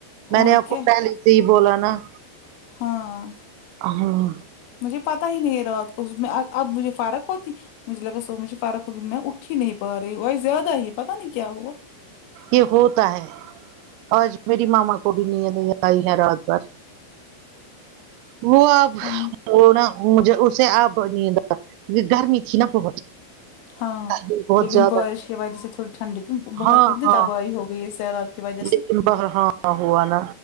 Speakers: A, on the right; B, on the left.
A: میں نے
B: اور
A: آپ
B: کیا
A: کو پہلے سے ہی بولا نا
B: ہاں
A: ہمم
B: مجھے پتا ہی نہیں ہے رات کو میں اب مجھے فرق ہوتی مجھے لگا سو مجھے فرق ہوگی میں اٹھ ہی نہیں پا رہی ہوں زیادہ ہی پتا نہیں کیا ہوا
A: یہ ہوتا ہے آج میری ماما کو بھی نیند نہیں آئی ہے رات بھر وہ آپ
B: پتا نہیں،
A: وہ نا مجھے اسے اب <unintelligible>
B: ہاں
A: گرمی بہت
B: لیکن
A: زیادہ
B: بارش کی وجہ سے تھوڑی ٹھنڈی کی باہر
A: ہاں
B: کتنی
A: ہاں
B: تباہی ہو گئی ہے سیلاب کی وجہ
A: لیکن
B: سے
A: ب ہاں ہوا نا